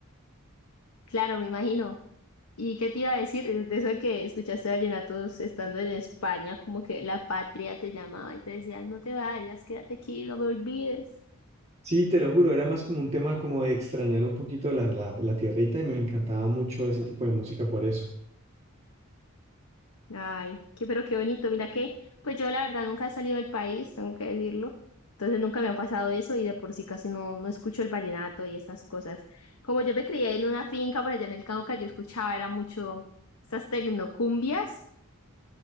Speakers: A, on the left; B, on the right.
A: Claro, me imagino. ¿Y qué te iba a decir? De de eso de que escuchaste vallenatos estando en España, como que la patria te llamaba y te decía, no te vayas, quédate aquí, no me olvides.
B: Sí, te lo juro, era más como un tema como de extrañar un poquito la, la, la tierrita y me encantaba mucho ese tipo de música por eso. <laughs>
A: Ay, qué, pero qué bonito. Mira que, pues yo la verdad nunca he salido del país, tengo que decirlo. Entonces nunca me ha pasado eso y de por sí casi no, no escucho el vallenato y esas cosas. Como yo me crié en una finca por allá en el Cauca, yo escuchaba, era mucho estas tecnocumbias.